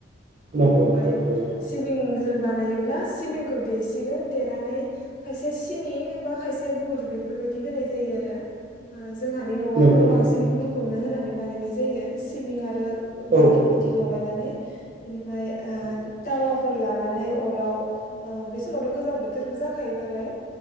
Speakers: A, on the right; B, on the left.
A: नंगौ
B: बेनिफ्राय
A: नंगौ थारैनो
B: सिबिं जों बानायो। ब्ला सिबिंखौ देसिगोन देनानै खायसे सिनि बा खायसे गुर बेफोरबायदि हो जायो आरो ओ जोंहानि न'आवथ'
A: नंगौ
B: बांसिन
A: नंगौ
B: गुरखौनो होनानै बानायनाय जा जायो सिबिं आरो
A: औ
B: गुर
A: औ
B: बिदि लगायनानै। ओमफ्राय ओ
A: नंगौ
B: थावाफोर लानानै। नै अराव बै समाव गोजां बोथोरबो जाखायो नालाय